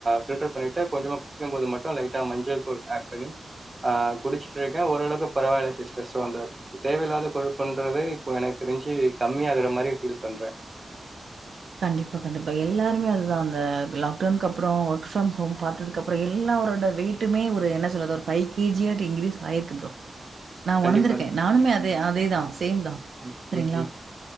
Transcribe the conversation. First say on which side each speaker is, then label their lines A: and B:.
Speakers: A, on the right; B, on the right.
A: பில்டர் பண்ணி <unintelligible> கொஞ்சமா குடிக்கும் போது மட்டு லைட்டா மஞ்சள் தூள் ஆட் பண்ணி ஆ குடிச்சிட்டுருக்கே ஓரளக்கு பரவால்ல சிஸ்டர் சோ அந்த தேவயில்லாத கொழுப்புண்றது இப்போ எனக்கு தெரிஞ்சு கம்மி ஆகுற மாரி ஃபீல் பண்றே
B: கண்டிப்பா கண்டிப்பா எல்லாருமே அதுதா அந்த லாக்டோனு அப்றோ ஒர்க் ஃப்ரம் ஹோம் பாத்ததுக்கு அப் அப்றோ எல்லாரோட வெய்டுமே ஒரு என்ன சொல்றது ஒரு ஃபைவ் கேஜியாட்டி இன்கிரீஸ் ஆயிருக்கு ப்ரோ நா
A: கண்டிப்பா
B: உணந்திருக்கே நானுமே அதே அதேதா சேம் தா
A: ம்
B: செரிங்ளா
A: ம் ம்